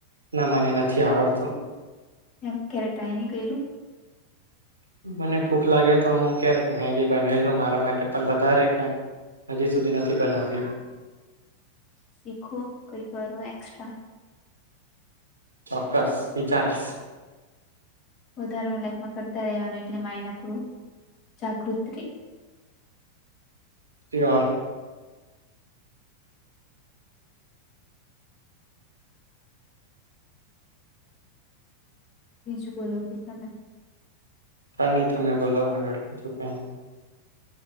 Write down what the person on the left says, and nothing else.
એમ ક્યારે ટારાયની કરયુ.
શીખો કઈ કરો એક્સ્ટ્રા
વધારાનું લાઈકમાં કરતા રેવાનું એટલે માઇડ આપણુ જાગૃત ર,
બીજું બોલો કે તમે